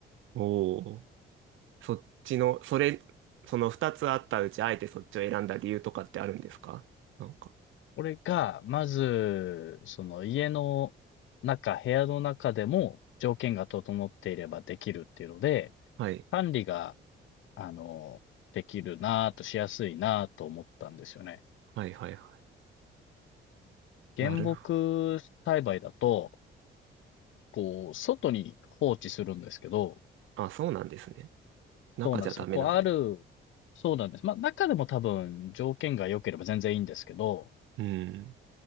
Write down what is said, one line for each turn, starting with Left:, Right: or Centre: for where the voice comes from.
Right: おー。そっちの、それ、その二つあったうち、あえてそっちを選んだ理由とかってあるんですかなんか。
Left: これが、まず、その家の中、部屋の中でも条件が整っていればできるっていうので、
Right: はい。
Left: 管理が、あの、できるなぁと、しやすいなぁと思ったんですよね。
Right: はい、はい、は
Left: 原木栽培だと、
Right: い。なるほ
Left: こう、外に放置するんですけど、
Right: ど。あ、そうなんですね。中じゃダメなんで。
Left: そうなんですよ。こう、ある、そうなんです。まあ、中でも多分条件が良ければ全然いいんですけど、
Right: うん。